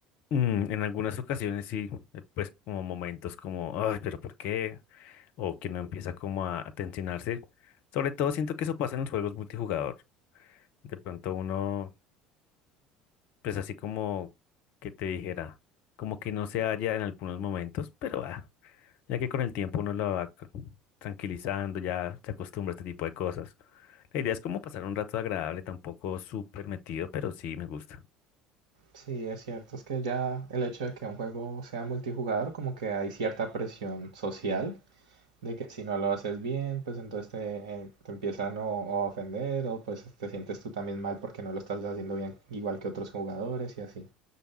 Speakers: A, on the left; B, on the right.
A: Mm, en algunas ocasiones sí, eh, pues como momentos como, ay, pero ¿por qué? O que uno empieza como a a tensionarse. Sobre todo siento que eso pasa en los juegos multijugador. De pronto uno, pues así como que te dijera, como que no se halla en algunos momentos, pero ah, ya que con el tiempo uno lo va ca- tranquilizando, ya se acostumbra a este tipo de cosas. La idea es como pasar un rato agradable, tampoco súper metido, pero sí me gusta.
B: Sí, es cierto, es que ya el hecho de que un juego sea multijugador, como que hay cierta presión social De que si no lo haces bien, pues entonces te, eh, te empiezan o, o a ofender o pues te sientes tú también mal porque no lo estás haciendo bien igual que otros jugadores y así.